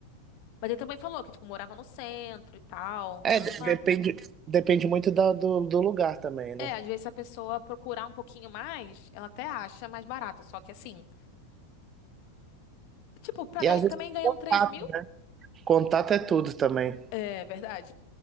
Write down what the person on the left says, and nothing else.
Mas ele também falou que, tipo, morava no centro e tal,
toda
uma...
É, às vezes se a pessoa procurar um pouquinho mais, ela até acha mais barato, só que assim... Tipo, pra
ganha-
também ganhando
3 mil?
É verdade,